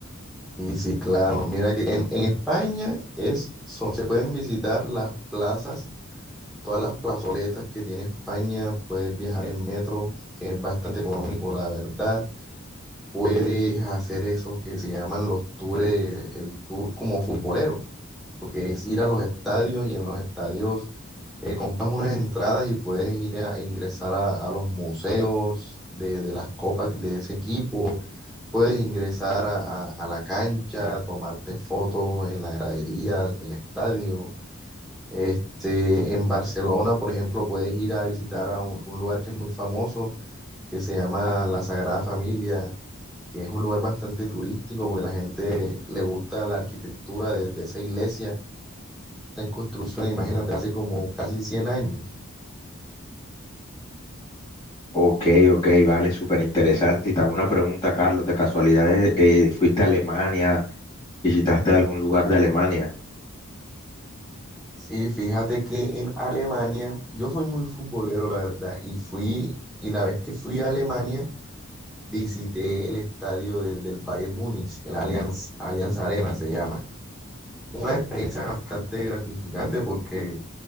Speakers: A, in the centre; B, on the left.
A: Y sí, claro, mira que en, en España es, son- se pueden visitar las plazas, todas las plazoletas que tiene España, puedes viajar en metro, que es bastante económico, la verdad. Puedes hacer esos que se llaman los tours, el tour como futbolero, porque es ir a los estadios y en los estadios eh, compras unas entradas y puedes ir a ingresar a, a los museos de, de las copas de ese equipo, puedes ingresar a, a- a la cancha, tomarte fotos en la gradería del estadio. Este, en Barcelona, por ejemplo, puedes ir a visitar a un, un lugar que es muy famoso, que se llama La Sagrada Familia, que es un lugar bastante turístico porque la gente le gusta la arquitectura de, de esa iglesia. Está en construcción, imagínate, hace como casi 100 años.
B: Ok, ok, vale, súper interesante. Y te hago una pregunta, Carlos, de casualidad, eh, eh, ¿fuiste a Alemania? ¿Visitaste algún lugar de Alemania?
A: Sí, fíjate que en Alemania, yo soy muy futbolero, la verdad, y fui, y la vez que fui a Alemania, visité el estadio de- del Bayern Múnich, el Allianz, Allianz Arena se llama. Una experiencia bastante gratificante porque